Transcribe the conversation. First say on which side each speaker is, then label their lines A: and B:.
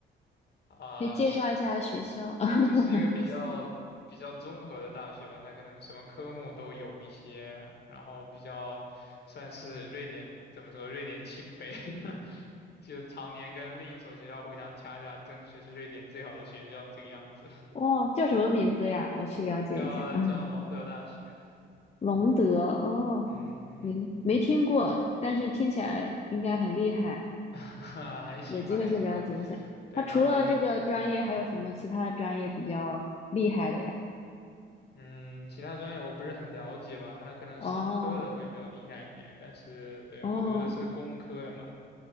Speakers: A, on the left; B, on the left.
A: 啊、
B: 可以介绍一下学校。
A: 是
B: <laughs>
A: 就是一个比较比较综合的大学吧，它可能什么科目都有一些，然后比较算是瑞典怎么说，瑞典清北，<laughs> 就常年跟另一所学校互相掐架，争谁是瑞典最好的学校这个样子，
B: 哦，叫什么名字呀？我去了解一下。
A: <laughs> 叫叫隆德大学，
B: <laughs> 嗯，隆德哦，
A: 嗯嗯，
B: 您没听过，但是听起来应该很厉害，
A: <laughs> 还行吧，
B: 有机会去了解一下。
A: 还行吧，对，
B: 它除了这个专业，
A: 当时。嗯，
B: 还有什么其他的专业比较厉害的呀？
A: 嗯，其他专业我不是很了解吧，他可能商科的会比较厉害一点，
B: 哦，
A: 但是对，
B: 哦，
A: 我读的是工科的嘛，